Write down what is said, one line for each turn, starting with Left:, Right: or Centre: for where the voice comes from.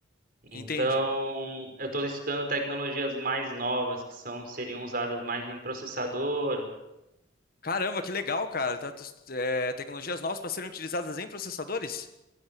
Right: Então,
Left: entendi.
Right: eu estou estudando tecnologias mais novas que são seriam usadas mais em processador.
Left: Caramba, que legal, cara. Tá- tá- é, tecnologias novas para serem utilizadas em processadores?